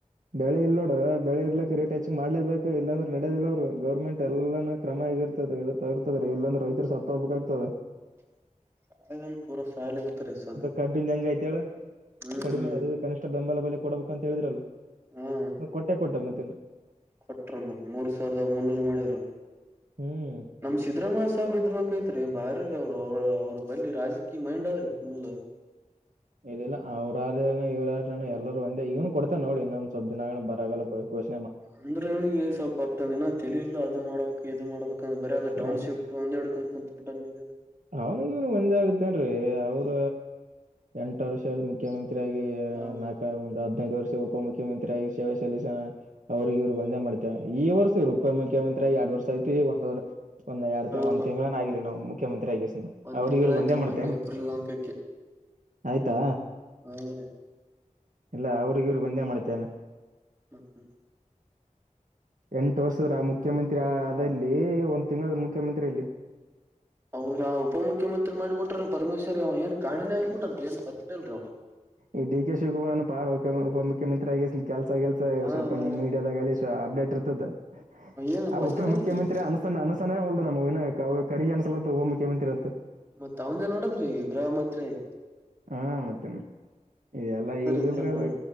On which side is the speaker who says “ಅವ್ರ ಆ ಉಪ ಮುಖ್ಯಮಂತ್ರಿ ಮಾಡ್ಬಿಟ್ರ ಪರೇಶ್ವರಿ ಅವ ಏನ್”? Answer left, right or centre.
Right